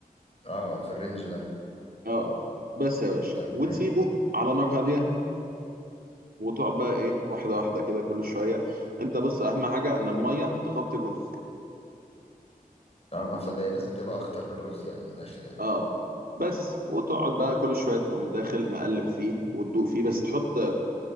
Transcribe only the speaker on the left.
اه في الرينج ده
تمام
اه اه فاللي هي لازم تبقى اكتر من رز يعني من الاخر يعني